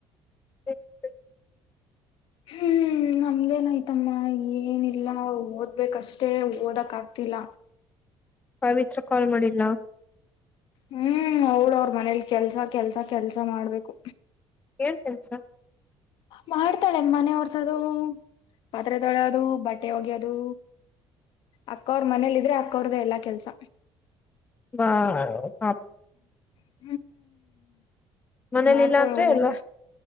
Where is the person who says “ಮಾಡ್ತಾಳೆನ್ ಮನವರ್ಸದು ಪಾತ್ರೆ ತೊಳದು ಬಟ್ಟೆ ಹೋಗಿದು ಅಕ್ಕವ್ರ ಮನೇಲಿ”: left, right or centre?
Left